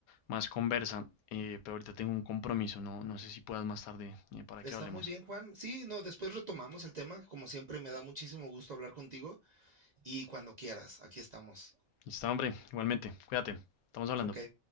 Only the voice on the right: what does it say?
Está
muy bien, Juan. Sí, no, después retomamos el tema. Como siempre, me da muchísimo gusto hablar contigo y cuando quieras, aquí estamos.
Ok,